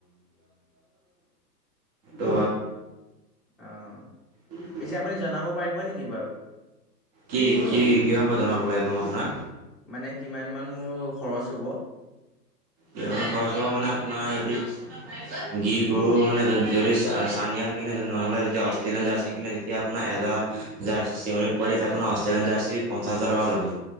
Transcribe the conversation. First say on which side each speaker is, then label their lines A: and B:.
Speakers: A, on the right; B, in the centre.
A: গ
B: অ'।
A: কি কি
B: পিছে আপুনি জনাব পাৰিব নেকি বাৰু?
A: কিহৰ পৰা জনাম লাগ ৰৰুঙাব্ৰ
B: মানে কিমান মান মোৰ খৰচ হ'ব?
A: কিমান খৰচ হব মানে আপোনাৰ হ গি গৰু মানে যদি চানিয়াল কিনেদি নহ'লে যদি অষ্ট্ৰেলিয়ান জাৰ্চি কিনে তেতিয়া আপোনাৰ জাৰ্চি চিউৰ পোৱালি তাৰপোনাৰ অষ্ট্ৰেলিয়ান জাৰ্চি পঞ্চা হাজাৰ টকা ল'ব।